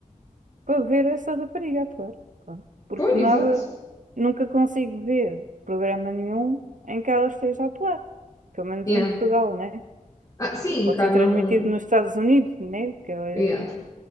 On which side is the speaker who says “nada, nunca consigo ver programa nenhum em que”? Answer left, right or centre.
Right